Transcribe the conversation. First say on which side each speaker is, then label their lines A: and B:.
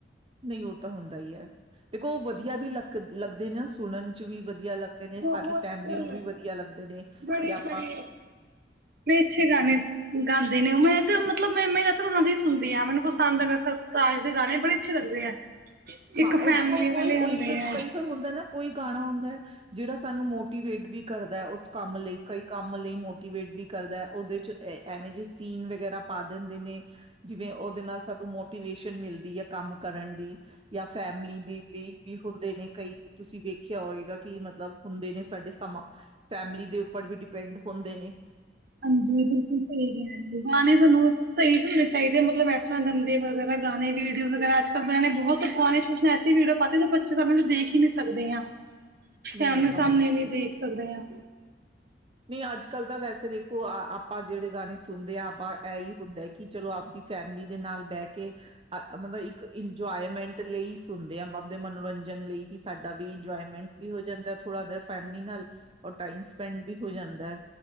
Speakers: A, on the right; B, on the right.
A: ਨਹੀਂ ਉਹ ਤਾਂ ਹੁੰਦਾ ਹੀ ਹੈ ਦੇਖੋ ਉਹ ਵਧੀਆ ਵੀ ਲੱਕ ਲੱਗਦੇ ਨੇ ਸੁਣਨ ਚ ਵੀ ਵਧੀਆ ਵੀ ਲੱਗਦੇ ਨੇ
B: ਬਹੁਤ
A: ਸਾਡੀ ਫੈਮਿਲੀ
B: ਬੜੇ
A: ਨੂੰ ਵਧੀਆ ਲੱਗਦੇ ਨੇ
B: ਬੜੇ
A: ਕਿ ਆਪਾਂ
B: ਬੜੇ ਅੱਛੇ ਗਾਣੇ ਗਾਉਂਦੇ ਨੇ ਮੈਂ ਮਤਲਬ ਮ ਮੈਂ ਓਹਨਾ ਦੀ ਹੀ ਸੁਣਦੀ ਹਾਂ ਮੈਨੂੰ ਸਰਤਾਜ ਦੇ ਗਾਣੇ ਬੜੇ ਅੱਛੇ ਲੱਗਦੇ ਆ
A: ਹਾਂ
B: ਇੱਕ ਫੈਮਿਲੀ
A: ਉਹ ਦੇਖੋ ਕੋਈ
B: ਵਾਲੇ
A: ਉਹ
B: ਹੁੰਦੇ
A: ਇੱਕ
B: ਆ
A: ਕਈ ਵਾਰ ਹੁੰਦਾ ਨਾ ਕੋਈ ਗਾਣਾ ਹੁੰਦਾ। ਜਿਹੜਾ ਸਾਨੂੰ ਮੋਟੀਵੇਟ ਵੀ ਕਰਦਾ। ਉਸ ਕੰਮ ਲਈ ਕਈ ਕੰਮ ਲਈ ਮੋ ਮਵੇਟ ਵੀ ਕਰਦਾ ਉਹਦੇ ਚਵੇ ਜ ਸੀਨ ਵਗੈਰਾ ਪਾ ਦਿੰਦੇ ਨੇ ਜਿਵੇ ਓਦੇ ਨਾਲ ਸਾਨੂ ਮੋਟੀਵੇਸ਼ਨ ਮਿਲਦੀ ਆ ਕੰਮ ਕਰਨ ਦੀ। ਜਾਂ ਫੈਮਲੀ ਦੇ ਲਈ ਵੀ ਹੁੰਦੇ ਨੇ ਕਈ ਤੁਸੀਂ ਵੇਖਿਆ ਹੋਏ ਕਿ ਮਤਲਬ ਹੁੰਦੇ ਨੇ ਸਾਡੇ ਸਮਾਂ ਫੈਮਿਲੀ ਦੇ ਉੱਪਰ ਵੀ ਡਿਪੈਂਡ ਹੁੰਦੇ ਨੇ।
B: ਹਾਂਜੀ ਬਿਲਕੁਲ ਸਹੀ ਕਿਹਾ ਜ ਗਾਣੇ ਸਾਨੂੰ ਸਹੀ ਸੁਣ ਣੇ ਚਾਹੀਦੇ ਮਤਲਬ ਗੰਦੇ ਵਰਾ ਗਾਣੇ ਵੀਡੀਓ ਵ ਅੱਜ ਕਲ ਨੇ ਬਹੁਤ ਗਾਣੇ ਵੀਓ ਪਾਤੇ ਜੋ ਬੱਚੇ ਸਾਮ੍ਹਣੇ ਦੇਖ ਹੀ ਨੀ ਸਕਦੇ ਆ।
A: ਨਹੀਂ
B: ਫੈਮਲੀ
A: ਉਹ ਤਾਂ
B: ਸਾਹਮਣੇ
A: ਹੁਣ
B: ਨਹੀਂ ਦੇਖ ਸਕਦੇ ਆ
A: ਨਹੀਂ ਅੱਜ ਕੱਲ ਤਾਂ ਵੈਸੇ ਦੇਖੋ ਆਪਾਂ ਜਿਹੜੇ ਗਾਣੇ ਸੁਣਦੇ ਹਾਂ ਆਪਾਂ ਇਹੀ ਹੁੰਦਾ ਕਿ ਚਲੋ ਆਪਣੀ ਫੈਮਿਲੀ ਦੇ ਨਾਲ ਬੈ ਕੇ ਮਤਲਬ ਇੱਕ ਇੰਜੋਏਮੈਂਟ ਲਈ ਸੁੁੰਨਦੇ ਆ ਆਪ ਦੇ ਮਨੋਰੰਜਨ ਲਈ ਕਿ ਸਾਡਾ ਵੀ ਇੰਜੋਏਮੈਂਟ ਵੀ ਹੋ ਜਾਂਦਾ। ਥੋੜਾ ਜਿਹਾ ਫੈਮਿਲੀ ਨਾਲ ਔਰ ਟਾਈਮ ਸਪੈਂਡ ਵੀ ਹੋ ਜਾਂਦਾ ਹੈ।